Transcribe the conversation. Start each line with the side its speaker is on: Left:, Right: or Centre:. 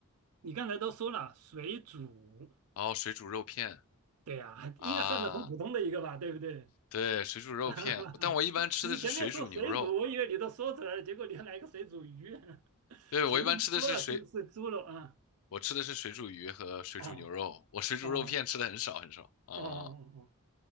Right: 你刚才都说了水煮，
Left: 然后水煮肉片
Right: 对呀、
Left: 啊，
Right: 应该算是很普通的一个吧，对不对？
Left: 对，水煮肉片，
Right: <laughs>
Left: 但我一般吃的是水煮牛肉，
Right: 你前面说水煮，我以为你都说出来了，结果你还来个水煮鱼。<laughs>
Left: 对，我一般吃的是水，
Right: 前面说了是是猪肉啊，
Left: 我吃的是水煮鱼和水煮牛肉，
Right: 哦
Left: 我水煮肉片吃的很少很少。
Right: 哦
Left: 哦，
Right: 哦哦哦，